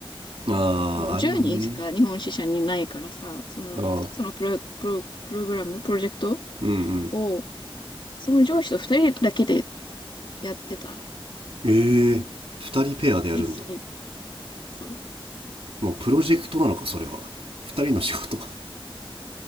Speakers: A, on the left; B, on the right.
A: た。
B: ああ、
A: もう10人しか日本支社にいないからさ、
B: あるよね。
A: その一つのプロ、
B: ああ、
A: プロ、プログラム、プロジェクト
B: うんうん。
A: を、その上司と2人だけでやってた
B: ええ二人ペアでやるんだ。
A: のよ。<laughs> そう。
B: もうプロジェクトなのか、それは。二人の仕事。